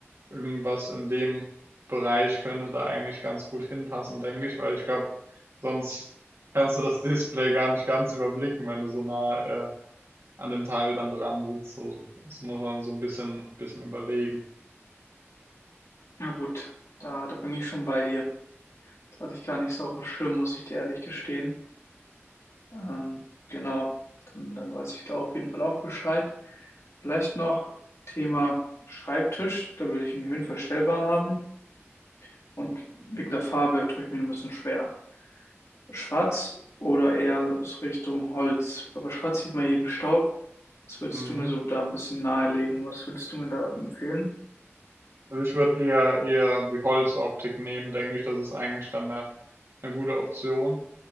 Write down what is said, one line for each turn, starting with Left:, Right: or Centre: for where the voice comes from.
Right: Irgendwas in dem Bereich könnte da eigentlich ganz gut hinpassen, denke ich, weil ich glaube, sonst kannst du das Display gar nicht ganz überblicken, wenn du so nah äh, an dem Teil dann dran sitzt. So, das muss man so ein bisschen, bisschen überlegen.
Left: Ja gut, da, da bin ich schon bei dir. Das hatte ich gar nicht so auf dem Schirm, muss ich dir ehrlich gestehen. Ähm, genau, dann, dann weiß ich da auf jeden Fall auch Bescheid. Vielleicht noch Thema Schreibtisch, da will ich einen höhenverstellbaren haben. Und wegen der Farbe tue ich mir ein bisschen schwer. Schwarz oder eher so Richtung Holz. Aber schwarz sieht man jeden Staub. Was würdest
Right: Mhm.
Left: du mir so da ein bisschen nahelegen? Was würdest du mir da empfehlen?
Right: Also ich würde eher, eher die Holzoptik nehmen, denke ich. Das ist eigentlich dann eine, eine gute Option